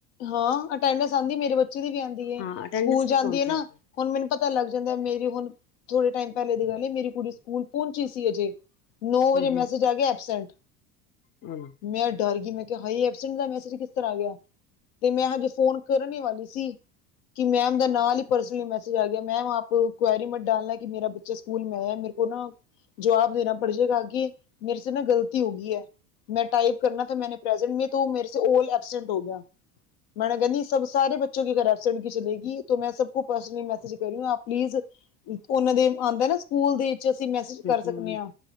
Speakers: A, on the left; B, on the left.
A: ਹਾਂ ਅਟੈਂਡੈਂਸ ਆਉਂਦੀ ਮੇਰੇ ਬੱਚੇ ਦੀ ਵੀ ਆਉਂਦੀ ਹੈ
B: ਹਾਂ ਅਟੈਂਡੈਂਸ
A: ਸਕੂਲ ਜਾਂਦੀ
B: ਵੀ ਫੋਨ
A: ਨਾ
B: ਤੇ ਆ ਰਹੀ ਹੈ
A: ਹੁਣ ਮੈਨੂੰ ਪਤਾ ਲੱਗ ਜਾਂਦਾ ਮੇਰੀ ਹੁਣ ਥੋੜੇ ਟਾਈਮ ਪਹਿਲੇ ਦੀ ਗੱਲ ਏ ਮੇਰੀ ਕੁੜੀ ਸਕੂਲ ਪਹੁੰਚੀ ਸੀ ਅਜੇ ਨੌ
B: ਹੂੰ
A: ਵਜੇ ਮੈਸੇਜ ਆ ਗਿਆ ਐਬਸੈਂਟ
B: ਹੂੰ
A: ਮੈਂ ਡਰ ਗਈ ਮੈਂ ਕਿਹਾ ਹਾਏ ਐਬਸੈਂਟ ਦਾ ਮੈਸੇਜ ਕਿਸ ਤਰ੍ਹਾਂ ਆ ਗਿਆ ਤੇ ਮੈਂ ਹਜੇ ਫੋਨ ਕਰਨ ਵਾਲੀ ਸੀ ਕਿ ਮੈਮ ਦਾ ਨਾਲ ਹੀ ਪਰਸਨਲੀ ਮੈਸੇਜ ਆ ਗਿਆ ਮੈਮ ਆਪ ਕੁਆਇਰੀ ਮਤ ਡਾਲਣਾ ਕਿ ਮੇਰਾ ਬੱਚਾ ਸਕੂਲ ਮੈਂ ਆਇਆ ਮੇਰੇ ਕੋਲ ਨਾ ਜਵਾਬ ਦੇਣਾ ਪੜ ਜੀਗਾ ਕਿ ਮੇਰੇ ਨਾ ਗ਼ਲਤੀ ਹੋ ਗਈ ਹੈ ਮੈਂ ਟਾਈਪ ਕਰਨਾ ਤਾਂ ਮੈਂ ਮੇਰੇ ਸੇ ਓਲ ਐਬਸੈਂਟ ਹੋ ਗਿਆ ਮੈਂਡਮ ਕਹਿੰਦੀ ਸਭ ਸਾਰੇ ਬੱਚੇ ਐਬਸੈਂਟ ਕੀ ਚਲੇਗੀ ਮੈਂ ਸਭ ਕੋ ਪਰਸਲੀ ਮੈਸਜ ਕਰ ਪਲੀਜ਼ ਉਹਨਾਂ ਦੇ ਆਉਂਦਾ ਨਾ ਸਕੂਲ ਦੇ ਵਿੱਚ ਅਸੀਂ ਮੈਸੇਜ
B: ਹੂੰ,
A: ਕਰ ਸਕਦੇ ਹਾਂ